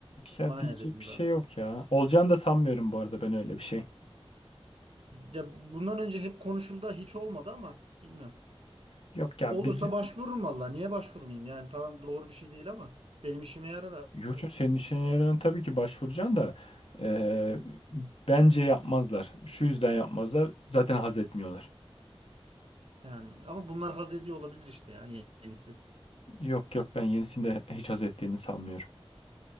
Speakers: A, on the left; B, on the right.
A: Ya
B: Bana
A: diyecek
B: ne dedim
A: bir şey
B: daha sonra.
A: yok ya. Olacağını da sanmıyorum bu arada ben öyle bir şey.
B: Ya bundan önce hep konuşuldu hiç olmadı ama bilmiyorum.
A: Yok ya
B: Olursa
A: biz
B: başvururum valla. Niye başvurmayayım? Yani tamam doğru bir şey değil ama benim işime yarar
A: yok
B: abi.
A: canım, senin işine tabii ki başvuracaksın da eee, bence yapmazlar. Şu yüzden yapmazlar. Zaten haz etmiyorlar.
B: Yani ama bunlar haz ediyor olabilir işte ya ye- yenisi.
A: Yok yok ben yenisinde hiç haz ettiğini sanmıyorum.